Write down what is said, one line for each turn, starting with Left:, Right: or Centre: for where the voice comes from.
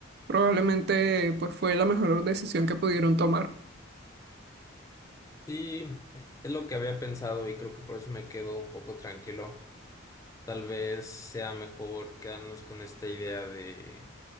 Right: probablemente pues fue la mejor decisión que pudieron tomar.
Left: Sí, es lo que había pensado y creo que por eso me quedo un poco tranquilo. Tal vez sea mejor quedarnos con esta idea de